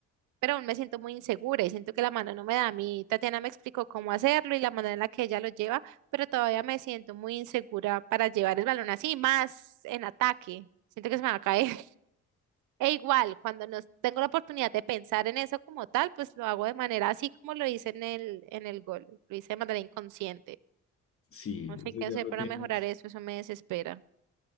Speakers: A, on the right (about 85°); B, on the left (about 45°).
A: pero aún me siento muy insegura y siento que la mano no me da. A mí Tatiana me explicó cómo hacerlo y la manera en la que ella lo lleva, pero todavía me siento muy insegura para llevar el balón así, más en ataque. Siento que se me va a caer. E igual, cuando nos tengo la oportunidad de pensar en eso como tal, pues lo hago de manera así como lo hice en el, en el gol, lo hice de manera inconsciente.
B: Sí,
A: No sé
B: eso
A: qué
B: ya
A: hacer
B: lo
A: para
B: tienes
A: mejorar eso, eso me desespera.